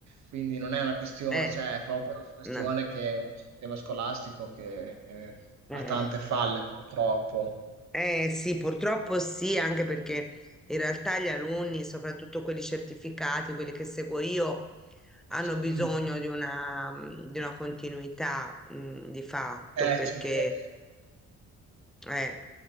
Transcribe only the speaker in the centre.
Eh,
no.
Eh.
Eh, sì, purtroppo sì, anche perché in realtà gli alunni, soprattutto quelli certificati, quelli che seguo io, hanno
bisogno di una, di una continuità, mh, di fatto,
perché
Eh,